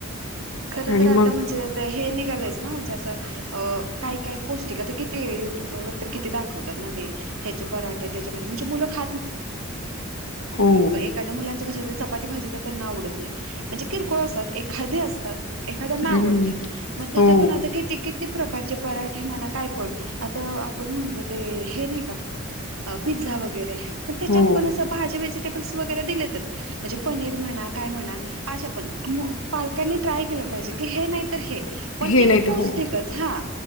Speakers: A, on the right; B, on the left.
A: खर
B: आणि
A: तर
B: मग
A: आता म्हणजे हे निघालंयस ना म्हणजे असं अ काय काय पौष्टिक तर किती युट्यूब ला वगैरे किती दाखवतात ना ते ण
B: हो.
A: खं चपाती भाजी तर नाव उडत नाही म्हणजे किरकोळ असतात एखादे असतात एखाद्याना
B: हं,
A: आवडते मग त्याच्यातून
B: हो,
A: आता किती किती प्रकारचे पराठे म्हना काय पण आता आपण म्हणतो ते हे नाही का पिझ्झा वगैरे पण त्याच्यात
B: हो.
A: पण असं भाजे व्हेजिटेबल्स वगैरे दिलेतच म्हणजे पनीर म्हणा काय म्हणा आशा पण पालकांनी ट्राय केलं पाहिजे की हे नाही तर हे पण
B: हे
A: ते
B: नाही
A: पण
B: तर
A: पौष्टिकच
B: हो.
A: हा